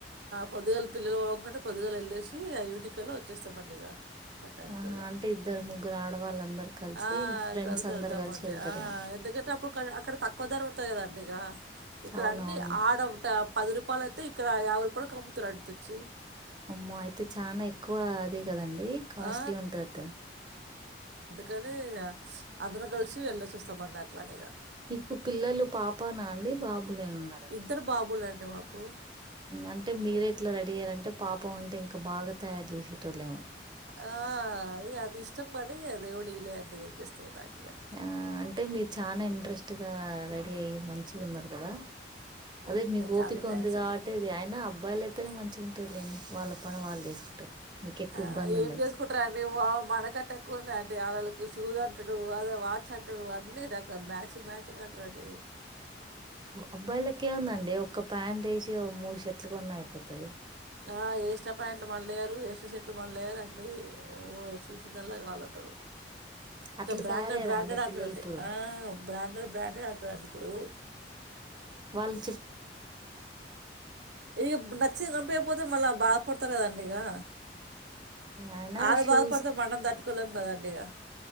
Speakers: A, on the right; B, on the right.
A: పొదుగల పిల్లలు పోగంగనే పొద్దులు వెళ్ళేసి ఐదింటి కల్లో వచ్చేస్తామండి ఇక ఆ టైం
B: ఆహా
A: కల్లా.
B: అంటే ఇద్దరు ముగ్గురు ఆడవాళ్ళ అందరు కలిసి
A: ఆ!
B: ఫ్రెండ్స్
A: కలిసి
B: అందరు
A: వెళ్తామండి.
B: కలిసి వెళ్తారేమో
A: ఆ! ఎందుకంటే అప్పుడు అక్కడ తక్కువ ధర ఉంటది కదండిగ ఇక్కడ
B: అవునవును
A: అన్నీ ఆడ ఒకట పది రూపాలు అయితే ఇక్కడ యాభై రూపాల కి అమ్ముతారు అండి తెచ్చి
B: అమ్మో అయితే చానా ఎక్కువ అది కదండి కాస్ట్లీ
A: ఆ!
B: ఉంటట్టు
A: కాని అందరం కలిసి వెల్లోసోస్తాం అట్లాంటిగా
B: మీకు పిల్లలు పాపనా అండి బాబులేనా ఉన్నారా
A: ఇద్దరు బాబులండి మాకు.
B: అంటే మీరే ఎట్లా రెడీ అయ్యారంటే పాప ఉంటే ఇంకా బాగా తయారు చేసేటోల్లేమో
A: ఆ అది ఇష్టమని ఆ దేవుడు ఇయ్యాలేదండి ఏం చేస్తాం దానికి ఇగ
B: ఆ అంటే మీరు చనాా ఇంట్రెస్ట్గా రెడీ అయి మంచిగా ఉన్నారు కదా అదే మీకు ఓపిక
A: చాలా థ్యాంక్స్
B: ఉంది కాబట్టి
A: అండి
B: ఇది అయనా అబ్బాయిలు అయితేనే మంచిగా ఉంటదిలేండి వాళ్ళ పని వాళ్ళు చేసుకుంటారు మీకెక్కువ
A: ఆ
B: ఇబ్బంది ఉండదు
A: ఏం చేసుకుంటార అండి వావ్ మనకంటే ఎక్కువన్నా అంటే ఆడలు షూ అంటాడు అద వాచ్ అంటాడు అన్నీ రక మ్యాచింగ్ మ్యాచింగ్ అంటారుండి
B: అబ్బాయిలక్కే ఉందండి ఒక్క ప్యాంట్ వేసి మూడు షర్ట్లు కొన్నా అయిపోతుది
A: ఆ ఎసిన ప్యాంట్ మళ్ళయ్యారు ఎసిన షర్ట్ మళ్ళయారుండి ఓ చూసిందల్ల కావాలంటారు
B: అట్లా
A: ఇ బ్రాండెడ్
B: తయారయ్యారా
A: బ్రాండెడ్
B: అండి పిల్లలు
A: అంటారండి
B: ఇప్పుడు
A: ఆ బ్రాండెడ్ బ్రాండెడ్ ఆంటారండి ఇప్పుడు
B: వాళ్ళ
A: ఇక నచ్చింది కొనిపియ్యాక మళ్ళా బాధపడతారు కదండి ఇగా
B: అయినా
A: అల్లు
B: షూస్
A: బాధ పడితే మనం తట్టుకోలేం కదండి ఇగా